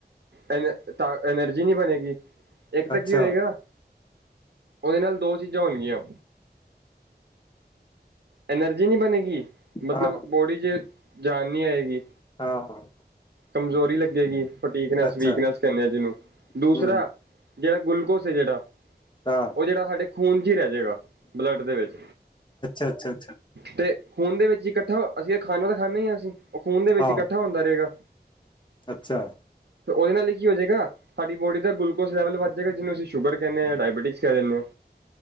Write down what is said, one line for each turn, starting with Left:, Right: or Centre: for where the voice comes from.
Right: ਐਨ ਤ ਐਨਰਜੀ ਨਹੀਂ ਬਣੇਗੀ ਇੱਕ ਤਾਂ
Left: ਅੱਛਾ
Right: ਕੀ ਹੋਏਗਾ। ਉਹਦੇ ਨਾਲ ਦੋ ਚੀਜ਼ਾਂ ਹੋਣਗੀਆਂ। ਐਨਰਜੀ ਨਹੀਂ ਬਣੇਗੀ ਮਤਲਬ
Left: ਹਾਂ
Right: ਬੋਡੀ 'ਚ ਜਾਨ ਨਹੀਂ ਆਏਗੀ।
Left: ਹਾਂ
Right: ਕਮਜ਼ੋਰੀ ਲੱਗੇਗੀ ਫਟੀਕਨੈਸ
Left: ਅੱਛਾ
Right: ਵੀਕਨੈਸ ਕਹਿੰਦੇ ਆ ਜਿਹਨੂੰ
Left: ਹੂੰ
Right: ਦੂਸਰਾ
Left: ਹੂੰ
Right: ਜਿਹੜਾ ਗਲੂਕੋਸ ਹੈ ਜਿਹੜਾ
Left: ਹਾਂ
Right: ਉਹ ਜਿਹੜਾ ਸਾਡੇ ਖੂਨ 'ਚ ਹੀ ਰਹਿ ਜਾਏਗਾ ਬਲੱਡ ਦੇ ਵਿੱਚ
Left: ਅੱਛਾ- ਅੱਛਾ
Right: ਤੇ ਖੂਨ ਦੇ ਵਿੱਚ ਹੀ ਇਕੱਠਾ ਅਸੀਂ ਤਾਂ ਖਾਣਾ ਤਾਂ ਖਾਂਦੇ ਹੀ ਅਸੀਂ ਉਹ ਖੂਨ ਦੇ ਵਿੱਚ
Left: ਆਹੋ
Right: ਇਕੱਠਾ ਹੁੰਦਾ ਰਹੇਗਾ।
Left: ਅੱਛਾ
Right: ਤੇ ਉਹਦੇ ਨਾਲ ਹੀ ਕੀ ਹੋ ਜਾਏਗਾ ਸਾਡੀ ਬੋਡੀ ਦਾ ਗਲੂਕੋਸ ਲੈਵਲ ਵੱਧ ਜਾਏਗਾ ਜਿਹਨੂੰ ਅਸੀਂ ਸ਼ੂਗਰ ਕਹਿੰਦੇ ਹਾਂ ਡਾਇਬਟੀਸ ਕਹਿ ਦਿੰਦੇ ਆਂ।